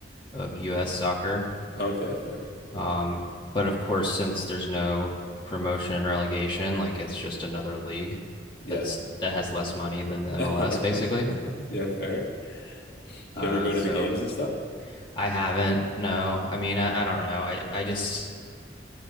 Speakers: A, on the left (about 25°); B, on the left (about 60°).
A: of U.S. soccer.
B: Okay, fair.
A: Um, but of course, since there's no promotion and relegation, like it's just another league
B: Yeah.
A: that's that has less money than the MLS,
B: <laughs>
A: basically.
B: Yeah, fair. Do
A: Uh,
B: you ever go
A: so
B: to the games and stuff?
A: I haven't. No, I mean, I, I don't know. I, I just,